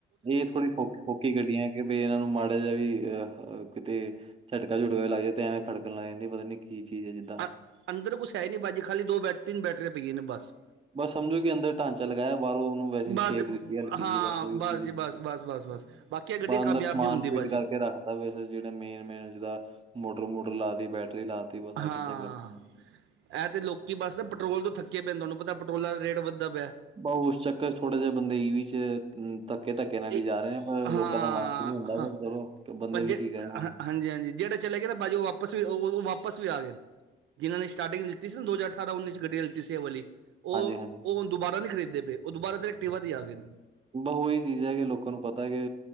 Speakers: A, on the right; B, on the right.
A: ਇਹ ਥੋੜ੍ਹੀ ਔਖੀ ਗੱਡੀਆਂ, ਕਿ ਵੀ ਇਹਨਾਂ ਨੂੰ ਮਾੜਾ ਜਿਹਾ ਵੀ ਅ ਕਿਤੇ ਝਟਕਾ ਝੁਟਕਾ ਵੀ ਲੱਗ ਜਾਂ, ਤੇ ਐਵੇਂ ਖੜਕਣ ਲੱਗ ਜਾਂਦੀ ਪਤਾ ਨੀ ਕੀ ਚੀਜ਼ ਹੈ ਜਿੱਦਾਂ।
B: ਅ ਅੰਦਰ ਕੁਛ ਹੈ ਨੀ, ਬਾਜੀ ਖਾਲੀ ਦੋ ਬੈ ਤਿੰਨ ਬੈਟਰੀਆਂ ਪਈਆਂ ਨੇ ਬੱਸ
A: ਬਸ ਸਮਝੋ ਕਿ ਅੰਦਰ ਢਾਂਚਾ ਲਗਾਇਆ, ਬਾਹਰੋਂ ਉਹਨੂੰ ਵੈਸੇ
B: ਬਸ
A: ਸ਼ਛੇਪ ਦਿੱਤੀ ਹੈ, ਹਲਕੀ
B: ਹਾਂ
A: ਜਿਹੀ ਬਸ ਉਹੀ ਚੀਜ਼,
B: ਜੀ ਬਸ ਬਸ ਬਸ ਬਸ ਬਾਕੀ ਇਹ ਗੱਡੀ
A: ਬ ਅੰਦਰ
B: ਕਾਮਯਾਬ
A: ਸਮਾਨ
B: ਨਹੀਂ ਹੁੰਦੀ ਭਾਜੀ
A: ਫਿਟ ਕਰਕੇ ਰੱਖਦਾ। ਜਿਹੜੇ ਮੇਨ, ਮੇਨ ਜਿੱਦਾਂ ਮੋਟਰ ਮੋਟਰ ਲਾ ਤ ਬੈਟਰੀ ਲਾ। ਤੀ ਬਸ ਆਹ
B: ਹਾਂ,
A: ਚੀਜ਼ਾਂ ਕਰਤੀਆਂ।
B: ਇਹ ਤਾਂ ਲੋਕ ਬਸ ਨਾ ਪੈਟਰੋਲ ਤੋਂ ਥੱਕੇ ਪਏ ਨੇ ਤੁਹਾਨੂੰ ਪਤਾ ਪੈਟਰੋਲ ਦਾ ਰੇਟ ਵੱਧਦਾ ਪਿਆ।
A: ਬ ਉਸ ਚੱਕਰ ਚ ਥੋੜਾ ਜਾ ਬੰਦੇ ਈ ਵੀ ਚ, ਧੱਕੇ ਧੱਕੇ ਨਾਲ ਹੀ
B: ਇਹ
A: ਜਾ ਰਹੇ, ਨੇ ਪਰ ਲੋਕਾਂ
B: ਹਾਂ
A: ਦਾ ਮਨ ਤੇ ਨੀ ਹੁੰਦਾ ਪਰ
B: ਹਾਂ
A: ਚਲੋ, ਕਿ ਬੰਦੇ
B: ਪਰ ਜੇ
A: ਵੀ ਕੀ ਕਰਨ ਹੁਣ
B: ਹਾਂਜੀ ਹਾਂਜੀ ਜਿਹੜੇ ਚਲੇ ਗਏ, ਨਾ ਬਾਜੀ ਉਹ ਵਾਪ ਵੀ ਵਾਪਸ ਵੀ ਆ ਗਏ। ਜਿਨ੍ਹਾਂ ਨੇ ਸਟਾਰਟਿੰਗ ਦਿੱਤੀ ਸੀ, ਨਾ ਦੋ ਹਜ਼ਾਰ ਅਠਾਰਾ ਉਨੀ ਚ ਗੱਡੀ ਲਿਤੀ ਸੀ, ਇਹ ਵਾਲੀ ਉਹ
A: ਹਾਂਜੀ-ਹਾਂਜੀ
B: ਹੁਣ ਦੁਬਾਰਾ ਨਹੀਂ ਖਰੀਦਦੇ ਪਏ ਉਹ ਦੁਬਾਰਾ ਫਿਰ ਐਕਟੀਵਾ ਦੇ ਆ ਗਏ ਨੇ
A: ਬ ਉਹੀ ਚੀਜ਼ ਹੈ ਕਿ ਲੋਕਾਂ ਨੂੰ ਪਤਾ ਕਿ